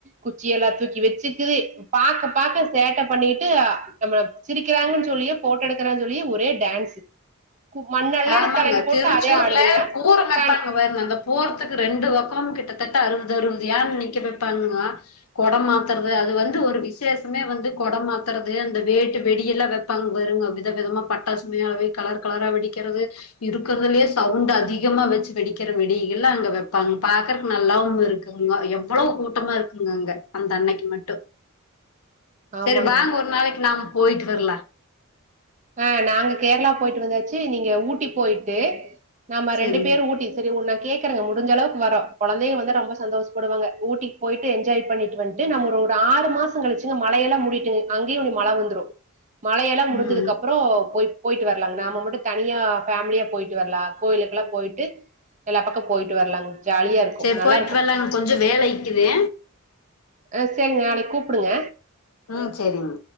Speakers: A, on the right; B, on the left.
A: குச்சி எல்லா தூக்கி வச்சுக்குது பாக்க பாக்க சேட்டை பண்ணிட்டு நம்ம சிரிக்கிறாங்கன்னு சொல்லியே போட்டோ எடுக்கிறாங்க சொல்லியே ஒரே டான்ஸ் கு- மண்ணல்லடு
B: ஆமாங்க
A: தலையில் போட்டு
B: திருச்சூர்ல
A: அதே ஆடுதுங்க
B: பூரண வைப்பாங்க
A: தன்
B: பாருங்க அந்த பூரத்துக்கு ரெண்டு பக்கமும் கிட்ட தட்ட அறுவது அறுவது யான நிக்க வைப்பாங்கங்க கொட மாத்துறது அது வந்து ஒரு விசேஷமே வந்து கொட மாத்துறது அந்த வேட்டு வெடியெல்லா வைப்பாங்க பாருங்க வித விதமா பட்டாசு உண்மையாவே கலர் கலரா வெடி வக்கிறது இருக்கிறதுலயே சவுண்ட் அதிகமா வச்சு வெடிக்கிற வெடி எல்லா அங்க வைப்பாங்க பாக்குறக்கு நல்லாவு இருக்குங்க எவ்வளவு கூட்டமா இருக்குங்க அங்க அந்த அன்னைக்கி மட்டு
A: ஆமாங்க
B: சேரி வாங்க ஒரு நாளைக்கு நாம் போயிட்டு வரலா
A: அ நாங்க கேரளா போயிட்டு வந்தாச்சு, நீங்க ஊட்டி போயிட்டு நம்ம
B: சரிங்க
A: ரெண்டு பேரு ஊட்டி சேரி உன்ன கேக்குறங்க முடிஞ்ச அளவுக்கு வறோ கொழந்தைங்க வந்தா ரொம்ப சந்தோஷப்படுவாங்க ஊட்டிக்கு போயிட்டு என்ஜாய் பண்ணிட்டு வந்துத்துட நம்ம ஒரு ஒரு ஆறு மாசம் கழிச்சு மழையெல்லாம் முடியட்டும் அங்கேயும் மழை வந்துடும் மழையெல்லாம் முடிஞ்சதுக்கு
B: ம்
A: அப் போ போய் போயிட்டு வரலாங்க நாம மட்டும் தனியா ஃபேமிலியா போயிட்டு வரலாம் கோயிலுக்கெல்லாம் போயிட்டு எல்லா பக்கம் போயிட்டு வரலாங்க ஜாலியா இருக்கும்
B: சரி
A: நல்லா
B: போயிட்டு
A: இருக்கும்
B: வரலாங்க கொஞ்சம் வேல இக்குது
A: அ செரிங்க நாளைக்கு கூப்பிடுங்க
B: ம் செரி மா